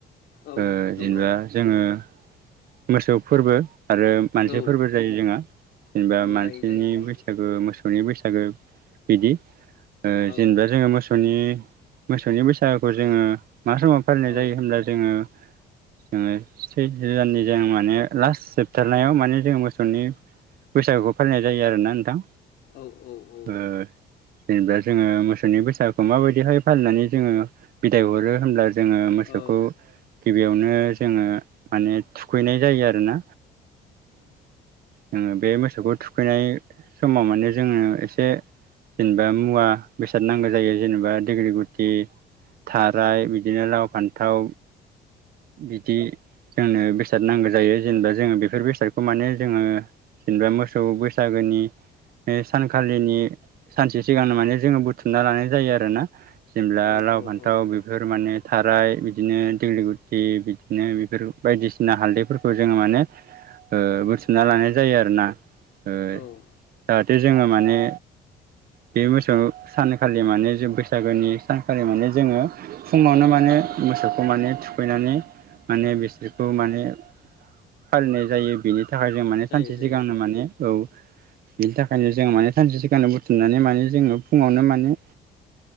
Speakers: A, on the left; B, on the right.
A: औ
B: ओ
A: नंगौ
B: जेनेबा जोङो मोसौ फोरबो आरो मानसि
A: औ
B: फोरबो जायो जोंहा। जेनेबा
A: औ
B: मानसिनि
A: जायो जायो जायो
B: बैसागो मोसौनि बैसागो बिदि ओ
A: औ
B: जेनेबा जोङो मोसौनि मोसौनि बैसागुखौ जोङो मा समाव फालिनाय
A: औ
B: जायो होनब्ला जोङो जोङो सैथो दाननि जों माने लास्ट जोबथारनायाव माने जों मोसौनि बैसागुखौ फालिनाय जायो आरोना नोंथां
A: ओव-ओव-ओव
B: ओ जेनेबा जोङो मोसौनि बैसागुखौ माबायदिहाय फालिनानै जोङो बिदाय हरो होनब्ला जोङो मोसौखौ
A: औ
B: गिबियावनो जोङो माने थुखैनाय जायो आरोना जोङो बे मोसौखौ थुखै थुखैनाय समाव माने जोङो एसे जेनेबा मुवा बेसाद नांगौ जायो जेनेबा दिग्रि गुथि थाराय बिदिनो लाव फान्थाव बिदि जोंनो बेस बेसाद नांगौ जायो जेनेबा जोङो बेफोर बेसादखौ माने जोङो जेनेबा मोसौ बैसागोनि बे सानखालिनि सानसे सिगांनो माने जोङो बुथुमना लानाय जायो आरोना जेब्ला
A: औ
B: लाव
A: औ
B: फान्थाव बेफोर माने थाराय बिदिनो दिगलि गु बिदिनो बेफोर बायदिसिना हालदैफोरखौ जोङो माने बुथुमना लानाय जायो आरोना जाहाथे
A: औ औ
B: जोङो माने बे बोसौ सानखालि माने जों बैसागोनि सानखालि माने जोङो फुङावनो माने मोसौखौ माने थुखैनानै माने बिसोरखौ माने फालिनाय जायो बेनि थाखाय थाखाय जों माने
A: जायो
B: सानसे
A: जायो
B: सिगांनो माने औ बेनि थाखायनो जों माने सानसे सिगांनो बुथुमनानै माने जोङो फुङावनो माने